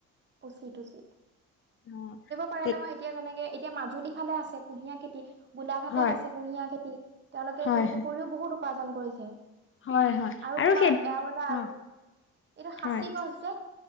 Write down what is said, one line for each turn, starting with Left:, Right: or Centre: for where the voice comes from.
Right: উচিত-উচিত। <unintelligible>
Left: অ
Right: পাৰে
Left: ঠিক।
Right: নহয় এতিয়া যেনেকে এতিয়া মাজুলী ফালে আছে কুঁহিয়াৰ খেতি গোলাঘাটত
Left: হয়
Right: আছে কুঁহিয়াৰ খেতি, তেওঁলোকে
Left: হয়
Right: সেইবোৰ
Left: হয়
Right: কৰিও বহুত উপাৰ্জন কৰিছে।
Left: হয় হয়
Right: আৰু তোমাৰ
Left: সেই
Right: আৰু এটা
Left: অ
Right: আৰু, এইটো সাচি
Left: হয়
Right: গছ যে?